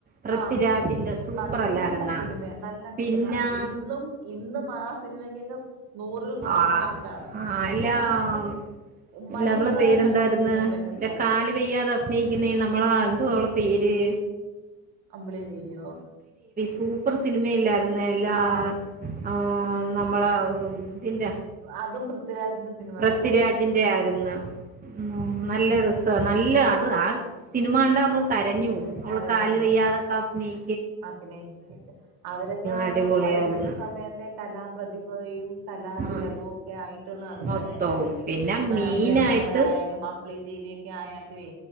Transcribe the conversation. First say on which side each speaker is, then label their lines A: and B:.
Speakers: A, on the right; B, on the right.
A: പൃഥ്വിരാജിന്റെ
B: ആഹ്
A: സൂപ്പറല്ലായിരുന്നാ
B: നല്ല സിനിമ നല്ല
A: പിന്നെ
B: സിനിമ ഇന്നും ഇന്നും ആ സിനിമക്കൊക്കെ. നൂറിൽ നൂറ്
A: ആഹ്
B: മാർക്കാണ്
A: ആഹ്
B: ഇന്നും
A: എല്ലാം
B: നമുക്ക്. മടിയില്ലാതെ
A: ഇല്ല അവള പേരെന്തായിരുന്ന്
B: കണ്ടോണ്ടിരിക്കാൻ പറ്റുന്നതായിരുന്നു
A: ഇല്ല കാല് വെയ്യാതെ അഭിനയിക്കുന്നേ നമ്മളാ എന്തോ അവള പേര്
B: അമ്പിളി ദേവിയോ
A: <unintelligible> <unintelligible> സിനിമല്ലായിരുന്ന ല്ലാ
B: ആഹ്
A: ആഹ് നമ്മള <unintelligible>
B: അതും പൃഥ്വിരാജിന്റെ സിനിമ
A: പൃഥ്വിരാജിന്റെ
B: തന്നായിരുന്നു
A: ആര്ന്നു ഉം നല്ല രസ നല്ല ല്ല അത് ആ സിനിമ കണ്ട നമ്മ കര ഞും പോകും അവള്
B: കരഞ്ഞു
A: കാല്
B: പോവും
A: വയ്യാതൊക്കെ അഭിനയ്
B: ആഹ് പിന്നെ അവരൊക്കെന്ന് പർഞ്ഞാ
A: അടിപൊളിയായിരുന്നു
B: പഠിക്കുന്ന സമയത്തെ കലാപ്രതിഭയും കലാ തിലകൊക്കെ
A: ആഹ്
B: ആയിട്ട് ൾക്കാരാ
A: മൊത്തവും
B: നെയ്യും
A: പിന്നെ
B: നവ്യാ
A: മീനായിട്ട്
B: നായരായാലും അമ്പിളി ദേവിയൊക്കെ ആയാല്യേ